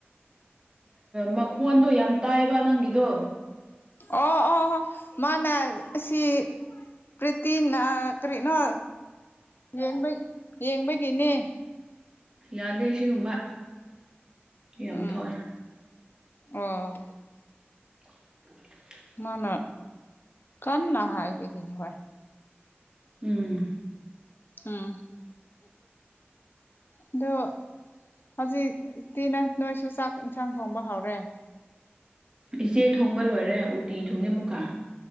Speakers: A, on the right; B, on the left.
A: ꯃꯈꯣꯟꯗꯣ ꯌꯥꯝ ꯇꯥꯏꯕ ꯅꯪꯒꯤꯗꯣ
B: ꯑꯣ ꯑꯣ ꯃꯥꯅ ꯑꯁꯤ ꯄ꯭ꯔꯤꯇꯤꯅ ꯀꯔꯤꯅꯣ ꯌꯦꯡꯕꯩ ꯌꯦꯡꯕꯒꯤꯅꯦ
A: ꯌꯥꯗꯦ ꯁꯤꯒꯨꯝꯕ ꯌꯥꯝ
B: ꯎꯝ
A: ꯊꯣꯛꯑ <inaudible>
B: ꯑꯣ
A: <inaudible>
B: ꯃꯥꯅ ꯀꯟꯅ ꯍꯥꯏꯕꯒꯤꯅꯤ ꯍꯣꯏ
A: ꯎꯝ
B: ꯎꯝ ꯑꯗꯣ ꯍꯧꯖꯤꯛꯇꯤ ꯅꯣꯢ ꯅꯣꯏꯁꯨ ꯆꯥꯛ ꯏꯟꯁꯥꯡ ꯊꯣꯡꯕ ꯍꯥꯎꯔꯦ <inaudible>
A: ꯏꯆꯦ ꯊꯣꯡꯕ ꯂꯣꯏꯔꯦ ꯎꯇꯤ ꯊꯣꯡꯉꯦ ꯑꯃꯨꯛꯀꯥ